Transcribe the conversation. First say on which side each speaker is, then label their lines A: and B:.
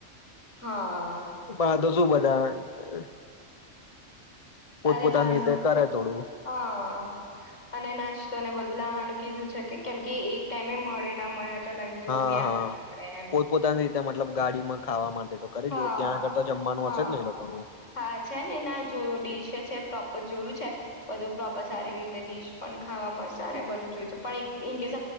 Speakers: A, on the left; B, on the left.
A: હા. હા
B: પણ આ તો શું બધા <unintelligible> પોતપોતાની
A: અને બાનો
B: રીતે કરે થોડું
A: હા અને નાસ્તોને બધો... ું લાવવાનું કીધું છે કે કેમ કે એક ટાઈમે મળે ના મળે તો લઈને જોવું
B: હા
A: એ આલળ
B: હા.
A: પડે એમ
B: પોતપોતાની મતલબ ગાડીમાં ખાવા માટે... તો કરી
A: હા
B: લઈએ ત્યાં આગળ તો જમવાનું
A: હા
B: હશે જ ને એ લોકોનું.
A: હા છે ને એના જોયું ડીશે છે પ્રોપર જોયું છે બધું પ્રોપર સારી રીતે ડીશ પણ ખાવા મળશે અને બધું જોય છે પણ ઇન કેસ